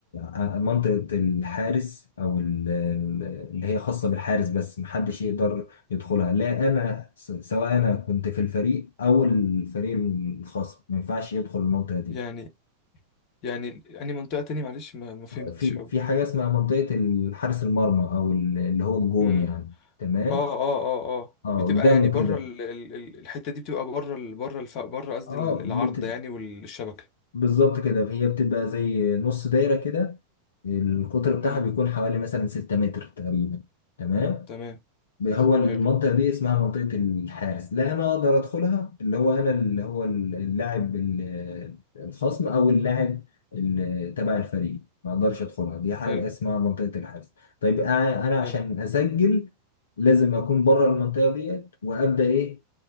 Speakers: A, on the left (about 65°); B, on the left (about 40°).
A: آه، منطقة الحارس او ال- ال- اللي هي خاصة بالحارس بس محدش يقدر يدخلها لا انا س- سواء انا كنت في الفريق او الفريق الخصم ما ينفعش يدخل المنطقه دي
B: يعني يعني اني منطقه تاني معلش ما, ما فهمتش
A: في
B: قوي
A: في حاجه اسمها منطقه حارس المرمى او ال- اللي هو الجون
B: امم
A: يعني تمام
B: اه اه اه اه
A: اه
B: بتبقى
A: قدامه
B: يعني بره
A: كده
B: ال... ال... ال- الحته دي بتبقى بره ال... بره الف... بره قصدي
A: اه
B: العارضه
A: بت...
B: يعني والشبكه
A: بالظبط كده هي بتبقى زي نص دايره كده القطر بتاعها
B: امم
A: بيكون حوالي مثلا 6 متر تقريبا تمام
B: تمام
A: هو المنطقة
B: حلو
A: دي اسمها منطقة الحارس لا أنا أقدر أدخلها اللي هو أنا اللي هو اللاعب ال- الخصم أو اللاعب ال- تبع الفريق ما أقدرش أدخلها دي حاجة
B: حلو
A: اسمها منطقة الحارس طيب أنا أنا
B: حلو
A: عشان أسجل لازم أكون بره المنطقة ديت وأبدأ إيه